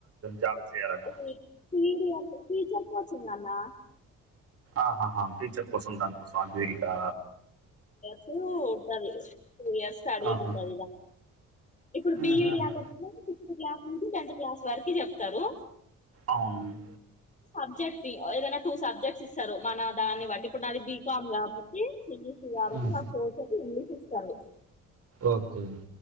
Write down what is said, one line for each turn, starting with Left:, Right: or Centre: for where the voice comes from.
Right: జాబ్ చేయాలనా
Left: ఇది టీడి అంటే టీచర్ కోచింగ్ అన్న
Right: ఆహహా టీచర్ కోసం దానికోసం బీడీకా
Left: టూ ఇయర్స్ ఉంటది టూ ఇయర్స్ స్టడీ
Right: ఆహా
Left: ఉంటదిగా ఇప్పుడు
Right: ఆహాహా.
Left: బిఈడి అంటేనేమో సిక్స్త్ క్లాస్ నుంచి టెన్త్ క్లాస్ వరకి చెప్తారు
Right: అవును
Left: సబ్జెక్ట్ ని ఏదైనా టూ సబ్జెక్ట్స్ ఇస్తారు మన దాన్ని బట్టి ఇప్పుడు నాది బీకామ్ కాబట్టి సీఈసీ కాబట్టి
Right: ఉమ్,
Left: నాకు కోర్స్ ఇంగ్లీష్ ఇస్తారు
Right: ఓకే